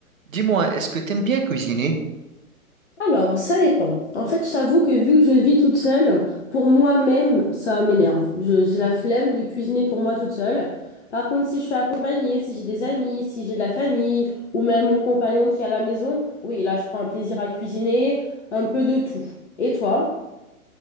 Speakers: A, on the right; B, on the left.
A: Dis-moi, est-ce que t'aimes bien cuisiner?
B: Alors, ça dépend. En fait, je t'avoue que vu que je vis toute seule, pour moi-même, ça m'énerve. Je- J'ai la flemme de cuisiner pour moi toute seule. Par contre, si je suis accompagnée, si j'ai des amis, si j'ai de la famille, ou même mon compagnon qui est à la maison, oui, là, je prends un plaisir à cuisiner, un peu de tout. Et toi?